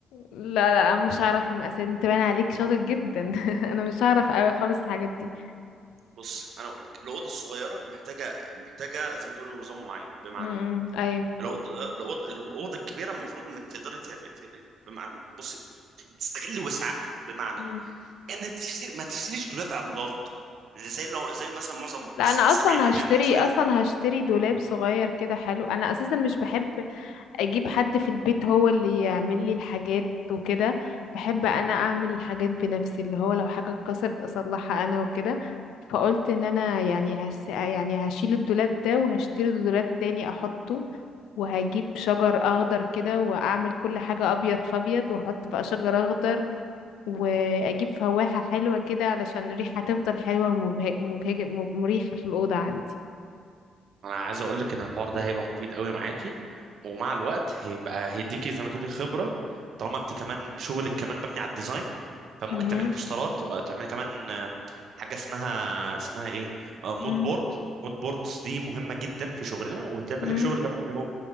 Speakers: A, on the left; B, on the right.
A: لا لا انا مش هعرف المقاسات انت باين عليك شاطر جدا <laughs> انا مش هعرف قوي خالص الحاجات دي
B: بص انا اقول لك الاوضه الصغيره محتاجه محتاجه زي ما تقول نظام معين بمعنى
A: امم ايوه
B: الاوضه الاوضه الاوضه الكبيره المفروض انك تقدري تعمل بمعنى بص تستغل وسعها بمعنى
A: مم.
B: ان تشتري ما تشتريش دولاب عملاق زي لو زي مثلا معظم
A: لا انا
B: 70%
A: اصلا هشتري
B: من المصريين
A: اصلا هشتري دولاب صغير كده حلو انا اساسا مش بحب اجيب حد في البيت هو اللي يعمل لي الحاجات وكده بحب انا اعمل الحاجات بنفسي اللي هو لو حاجة اتكسرت اصلحها انا وكده فقلت ان انا يعني هس... يعني هشيل الدولاب ده وهشتري دولاب تاني احطه وهجيب شجر اخضر كده واعمل كل حاجة ابيض فابيض واحط بقى شجر اخضر واجيب فواحة حلوة كده علشان الريحة تفضل حلوة ومبهج... مبهج... مب- مريحة في الأوضة عندي
B: انا عايز اقول لك ان الحوار ده هيبقى مفيد قوي معاكي ومع الوقت هيبقى هيديكي زي ما تقولي خبره طالما انت كمان شغلك كمان مبني على الديزاين فممكن
A: مهم.
B: تعملي بوسترات أو تعملي كمان آه، حاجه اسمها اسمها ايه آه، مود
A: مم.
B: بورد مود بوردز دي مهمه جدا في شغلنا وهتعمل
A: مم.
B: لك شغل كمان في الهوم